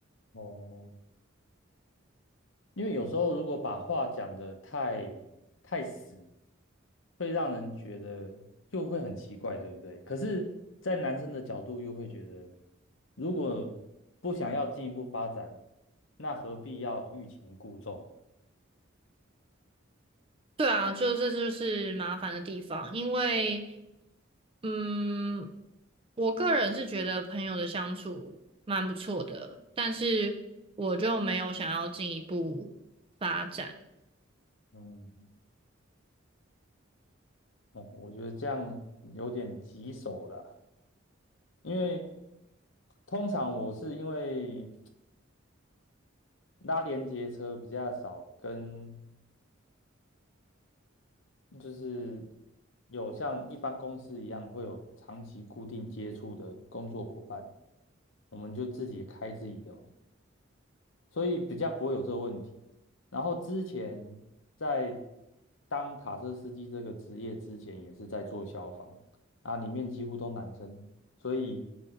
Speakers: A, on the left (about 70°); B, on the right (about 25°).
A: 哦，因为有时候如果把话讲得太太死，会让人觉得就会很奇怪，对不对？可是，在男生的角度又会觉得，如果不想要进一步发展，那何必要欲擒故纵？
B: 对啊，就这就是麻烦的地方，因为，嗯，我个人是觉得朋友的相处蛮不错的，但是我就没有想要进一步发展。
A: 嗯，那我觉得这样有点棘手啦，因为通常我是因为拉连接车比较少跟就是有像一般公司一样会有长期固定接触的工作伙伴，我们就自己开自己的嘛，所以比较不会有这个问题。然后之前在当卡车司机这个职业之前，也是在做消防啊，里面几乎都男生，所以